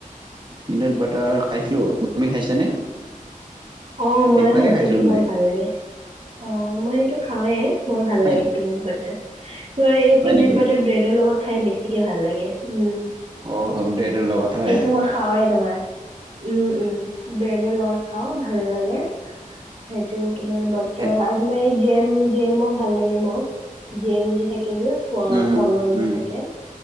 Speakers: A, on the right (about 35°); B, on the right (about 55°).
A: পিনাট বাটাৰ খাইছো। তুমি খাইছানে?
B: অ ময়ো
A: একবাৰেই
B: খাইছো
A: খাইছিলোঁ
B: এইটো বৰ
A: মই।
B: ভাল লাগে অ মই সেইটো খাওঁৱে। বৰ ভাল
A: হয়
B: লাগে পিনাট বাটাৰ ত' এই পিনাট্
A: হয় নেকি?
B: বাটাৰ ব্ৰেডৰ লগত খাই, বেছিকে ভাল লাগে উম,।
A: অ', ব্ৰেডৰ লগত হয়,
B: সেইটো মই খাওঁৱে তোমাৰ উম উম বিৰিয়ানিৰ লগত খাও ভাল লাগে সেইটো। তোমাৰ মাত্ৰ,
A: এ
B: আৰু তোমাৰ জেম-জেমও ভাল লাগে মোক। জেম যে থাক যদিও, ফ-ফলৰ
A: উম, উম,
B: যি থাকে।